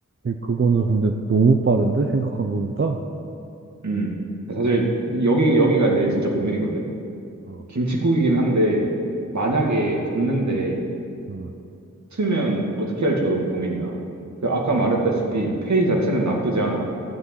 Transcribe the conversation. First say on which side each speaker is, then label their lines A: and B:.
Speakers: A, on the right (about 40°); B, on the right (about 65°).
A: 그거는 근데 너무 빠른데? 생각한 거보다?
B: 음. 사실 여기 여기가 내 진짜 고민이거든.
A: 어,
B: 김칫국이긴 한데 만약에
A: 어,
B: 갔는데
A: 어.
B: 틀면 어떻게 할지가 너무 고민이야. 그 아까 말했다시피
A: 아,
B: 페이 자체는 나쁘지 않아.